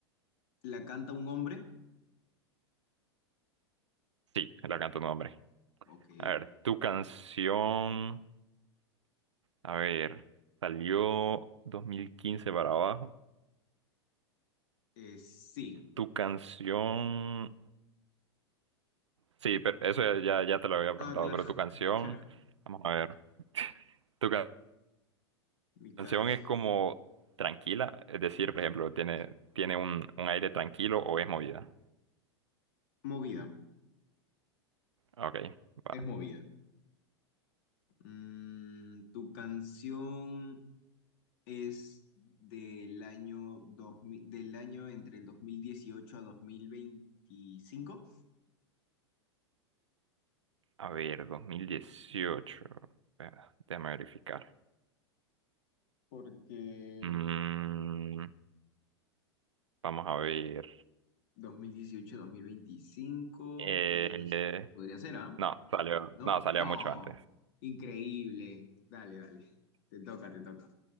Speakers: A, on the left (about 55°); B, on the right (about 80°).
A: la canta un hombre?
B: Sí, la canto tu nombre.
A: Ok.
B: A ver, tu canción. A ver, salió 2015 para abajo.
A: Eh, sí.
B: Tu canción. Sí, pero eso ya, ya te lo había preguntado,
A: Ah, claro,
B: pero tu canción.
A: <laughs> claro.
B: Vamos a ver. Tu ca-
A: Mi
B: canción
A: canción.
B: es como tranquila, es decir, por ejemplo, tiene, tiene un, un aire tranquilo o es movida.
A: Movida,
B: Ok, va.
A: es movida. Mm, ¿tu canción es del año 2000 del año entre el 2018 a dos mil veinticinco
B: A ver, 2018. Espera, Déjame verificar.
A: Porque,
B: Mm,
A: este,
B: vamos a ver.
A: dos mil dieciocho a 2025
B: Eh,
A: pues podría ser, ¿ah?
B: no, salió,
A: ¿No?
B: no, salió
A: No,
B: mucho antes.
A: increíble. Dale, dale. Te toca, te toca.